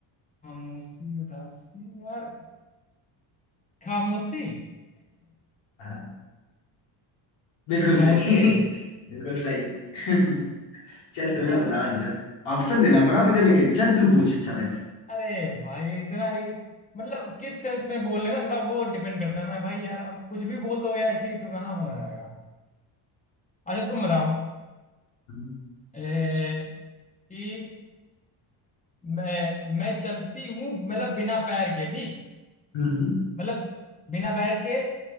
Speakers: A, on the left; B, on the left.
A: खामोशी उदासी यार खामोशी <laughs>
B: हाँ बिल्कुल
A: खामोशी
B: सही
A: है
B: <laughs> बिल्कुल सही <laughs> चल तूने
A: यस
B: बता दिया ऑप्शन देना पड़ा मुझे लेकिन चल तू पूछ अच्छा मेरे से
A: अरे भाई इतना ही मतलब किस सेंस में बोल रहे हो ना थोड़ा वो डिपेंड करता है ना भाई यार अब कुछ भी बोल दोगे ऐसे ही तो कहाँ मजा आएगा अच्छा तुम बताओ
B: हम्म
A: ए, कि मैं मैं चलती हूँ मतलब बिना पैर के ठीक
B: हम्म,
A: मतलब बिना पैर के